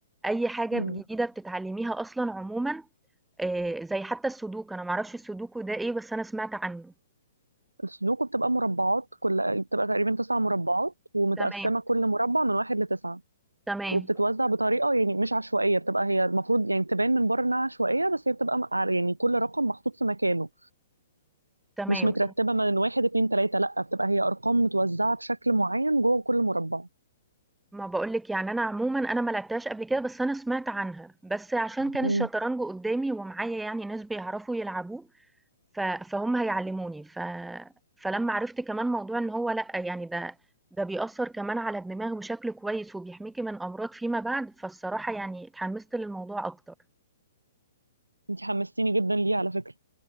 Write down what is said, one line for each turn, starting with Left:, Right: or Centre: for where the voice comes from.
Centre: أي حاجة
Right: مم.
Centre: جديدة بتتعلميها أصلًا عمومًا آآ، زي حتى السودوكو أنا ما أعرفش السودوكو ده إيه، بس أنا سمعت عنه،
Right: السودوكو بتبقى مربعات كل بتبقى تقريبا تسع مربعات ومتقسمة
Centre: تمام،
Right: كل مربع من واحد لتسعة
Centre: تمام،
Right: وبتتوزع بطريقة يعني مش عشوائية بتبقى هي المفروض يعني تبان من بره إنها عشوائية بس هي بتبقى م- ع- يعني كل رقم محطوط في مكانه
Centre: تمام،
Right: مش مترتبة من واحد اتنين تلاتة لأ بتبقى هي أرقام متوزعة بشكل معين جوه كل مربع
Centre: ما باقول لِك يعني أنا عمومًا أنا ما لعبتهاش قبل كده، بس أنا سمعت عنها، بس عشان كان
Right: مم.
Centre: الشطرنج قدّامي ومعايا يعني ناس بيعرفوا يلعبوه، ف فهُم هيعلّموني، ف فلمّا عرفت كمان موضوع إن هو لأ، يعني ده ده بيأثّر كمان على الدماغ بشكل كويس وبيحميكِ من أمراض فيما بعد، فالصراحة يعني اتحمّست للموضوع أكتر.
Right: انتي حمستيني جدا ليه على فكرة